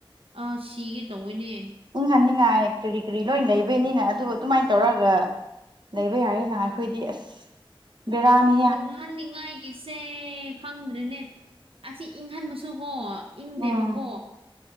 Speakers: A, on the right (about 75°); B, on the right (about 55°).
A: ꯑꯥ ꯁꯤꯒ‌ꯦ ꯇꯧꯋ‌ꯦꯅꯦ꯫
B: ꯏꯪꯍꯟꯅꯤꯡꯉꯥꯏ ꯀꯔꯤ ꯀꯔꯤ ꯂꯣꯏ ꯂꯩꯕꯩꯅꯤꯅ ꯑꯗꯨ ꯑꯗꯨꯃꯥꯏꯅ ꯇꯧꯔꯒ ꯂꯩꯕ ꯌꯥꯔꯦꯅ ꯑꯩꯈꯣꯏꯗꯤ ꯑꯁ ꯕꯦꯔꯥꯅꯤ꯫
A: ꯏꯪꯍꯟꯅꯤꯡꯉꯥꯏꯒꯤꯁꯦ ꯈꯪꯗ꯭ꯔꯦꯅꯦ ꯑꯁꯤ ꯏꯪꯍꯟꯕꯁꯨꯀꯣ ꯏꯪꯗꯦꯕꯀꯣ
B: ꯎꯝ